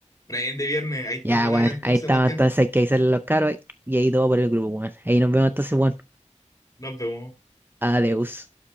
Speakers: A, on the left (about 30°); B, on the right (about 15°).
A: Prende viernes. Ahí está
B: Ya,
A: mal
B: weón,
A: habla entonces,
B: ahí estamos,
A: Sebastián.
B: entonces hay que avisarle a los caros y ahí todo por el grupo, weón. Ahí nos vemos entonces, weón.
A: Nos vemos.
B: Adiós.